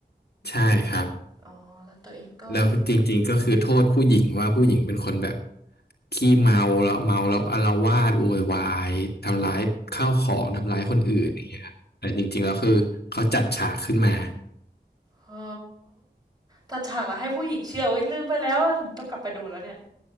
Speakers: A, on the left; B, on the right.
A: ใช่ครับ
B: อ๋อแล้วตัวเองก็เห็น
A: แล้วจริงๆก็คือโทษผู้หญิงว่าผู้หญิงเป็นคนแบบขี้เมาแล้วเมาแล้วอาละวาดโวยวายทำร้ายข้าวของทำร้ายคนอื่นอย่างเงี้ยครับแต่จริงๆแล้วคือเขาจัดฉากขึ้นมา
B: อ๋อตัดฉากแล้วให้ผู้หญิงเชื่อโอยลืมไปแล้วอะต้องกลับไปดูแล้วเนี่ย